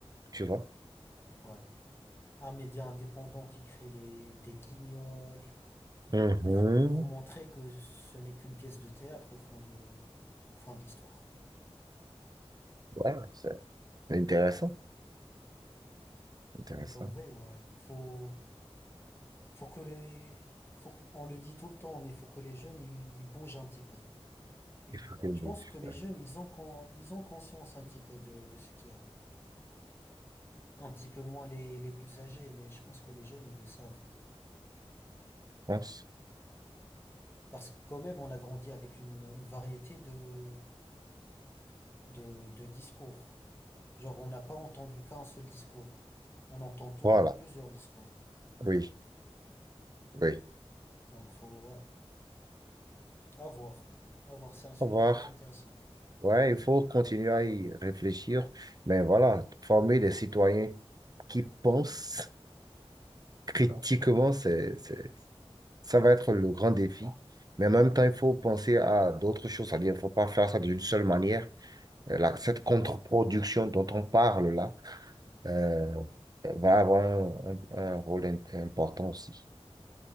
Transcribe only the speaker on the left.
Ouais. Un média indépendant qui crée les... des guignols
pour... pour montrer que ce n'est qu'une pièce de théâtre au fin de... au fin de l'histoire.
Donc en vrai, ouais, faut, faut que les, faut, qu- on le dit tout le temps, mais faut que les jeunes, ils, ils bougent un petit peu. Ils-
je pense que les jeunes, ils ont, con- ils ont conscience un petit peu de, de ce qui arrive. Un petit peu moins les, les plus âgés, mais je pense que les jeunes, ils le savent.
Parce que quand même, on a grandi avec une, une variété de, de, de discours. Genre, on n'a pas entendu qu'un seul discours. On entend toujours
plusieurs discours.
Donc faut, ouais, à voir. À voir, c'est un sujet
très intéressant.
Ouais,